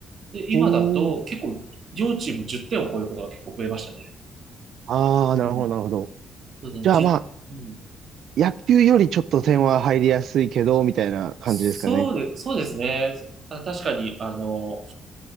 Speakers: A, on the right; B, on the right.
A: で、今だと結構、
B: おー
A: 両チーム10点を超えることが結構増えましたね。
B: ああ、
A: うん。
B: なるほど、なるほど。
A: そうですね、
B: じゃあまあ、
A: 1ううん。
B: 野球よりちょっと点は入りやすいけど、みたいな感じですかね。
A: そうで、そうですね。あ、確かに、あの、